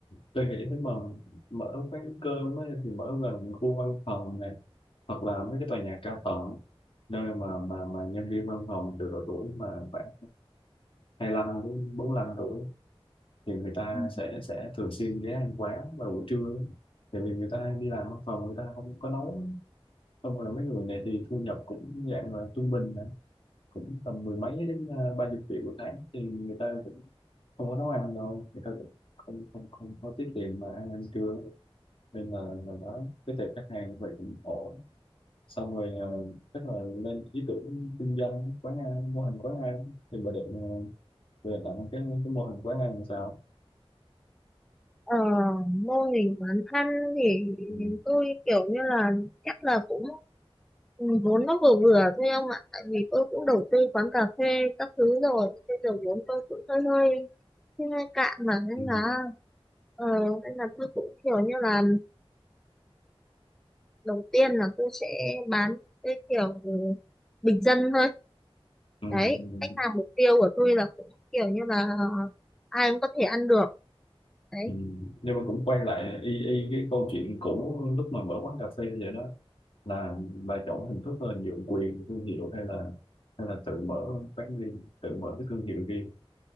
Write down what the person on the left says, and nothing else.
Tôi nghĩ nếu mà mở quán cơm ấy, thì mở gần khu văn phòng này hoặc là mấy cái tòa nhà cao tầng nơi mà mà mà nhân viên văn phòng từ độ tuổi mà khoảng hai lăm đến bốn lăm tuổi thì người ta
sẽ sẽ thường xuyên ghé ăn quán vào buổi trưa ấy. tại vì người ta đi làm văn phòng người ta không có nấu xong rồi mấy người này thì thu nhập cũng dạng là trung bình này cũng tầm mười mấy đến à, ba chục triệu một tháng thì người ta không có nấu ăn đâu người ta cũng không không không có tiết kiệm mà ăn ăn trưa nên là là đó cái tệp khách hàng vậy cũng ổn xong rồi ờ, chắc là lên ý tưởng kinh doanh quán ăn mô hình quán ăn thì bà định ờ, bà định làm cái cái mô hình quán ăn làm sao
ừ,
ừ,
ừ, ừ,
ừ. nhưng mà cũng quay lại y y cái câu chuyện cũ lúc mà mở quán cà phê vậy đó là bà chọn hình thức là nhượng quyền thương hiệu hay là hay là tự mở quán riêng tự mở cái thương hiệu riêng